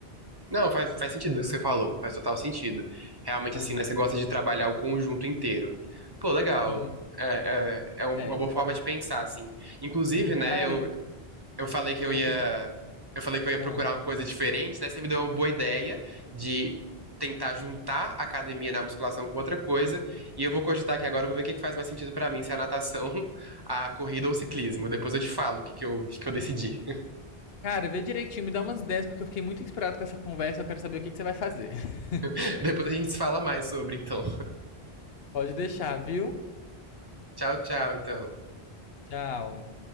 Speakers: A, on the right; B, on the left.
A: Não, faz, faz sentido o que você falou. Faz total sentido. Realmente,
B: Aham.
A: assim, né? Você gosta de trabalhar o conjunto inteiro. Pô, legal.
B: Sim,
A: É,
B: pois
A: é, é um,
B: é.
A: uma boa forma de pensar, assim. Inclusive,
B: Sim,
A: né?
B: cara,
A: Eu,
B: e
A: eu falei que
B: você.
A: eu ia,
B: tá-
A: eu falei que eu ia procurar
B: Ah.
A: uma coisa diferente, né? Você me deu uma boa ideia de tentar juntar a academia na musculação com outra coisa, e eu vou cogitar aqui agora, eu vou ver o que que faz mais sentido pra mim, se é a natação, <laughs> a corrida ou o ciclismo. Depois eu te falo o que que eu, o que que eu decidi.
B: Cara, vê direitinho, me dá umas ideias, porque eu fiquei muito inspirado com essa conversa. Eu quero saber o que que você vai fazer. <laughs>
A: <laughs> Depois a gente se fala mais sobre, então.
B: Pode deixar, viu?
A: Tchau, tchau, então.
B: Tchau.